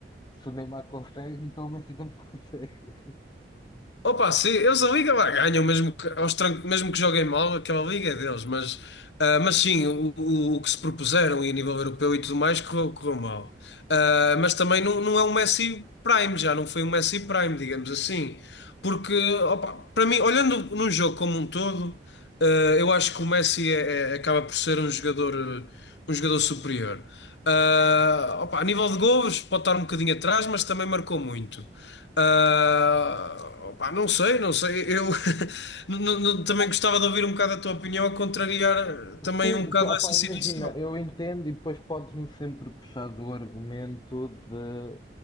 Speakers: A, on the left; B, on the left.
A: se o Neymar consegue, então o Messi também <laughs> consegue.
B: Opa, sim, eles a Liga lá ganham, mesmo que, aos trancos- mesmo que joguem mal, aquela Liga é deles, mas, ah, mas sim, o, o- o que se propuseram e a nível europeu e tudo mais correu, correu mal. Ah, mas também não, não é um Messi Prime, já não foi um Messi Prime, digamos assim. Porque, opa, para mim, olhando num jogo como um todo, ah, eu acho que o Messi é- é- acaba por ser um jogador um jogador superior. Ah, opa, a nível de golos, pode estar um bocadinho atrás, mas também marcou muito. Ah, opa, não sei, não sei. Eu <laughs> n- n- também gostava de ouvir um bocado a tua opinião, a contrariar também
A: Sim,
B: um bocado
A: pá,
B: essa
A: pá,
B: situação.
A: imagina, eu entendo e depois podes-me sempre puxar do argumento de